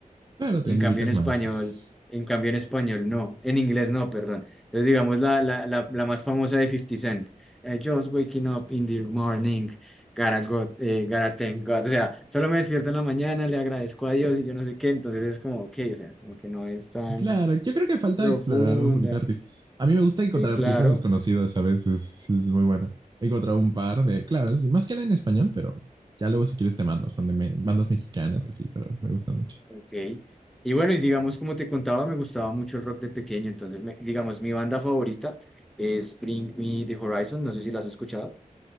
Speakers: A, on the right; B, in the centre.
A: claro, te
B: En
A: identificas
B: cambio en español,
A: más. Es-
B: en cambio en español no, en inglés no, perdón. Entonces digamos la, la, la, la más famosa de Fifty Cent, eh, Just waking up in the morning, gotta, go- eh, gotta thank God. O sea, solo me despierto en la mañana, le agradezco a Dios y yo no sé qué. Entonces es como, ok, o sea, como que no es tan
A: Claro, yo creo que falta
B: profunda.
A: explorar un poquito artistas. A mí me gusta encontrar
B: Sí, claro.
A: artistas desconocidos a veces, es muy bueno. He encontrado un par de, claro, es más que nada en español, pero ya luego si quieres te mando, son de me- bandas mexicanas y así, pero me gustan mucho.
B: Ok. Y bueno, y digamos, como te contaba, me gustaba mucho el rock de pequeño. Entonces, me- digamos, mi banda favorita es Bring Me the Horizon. No sé si la has escuchado.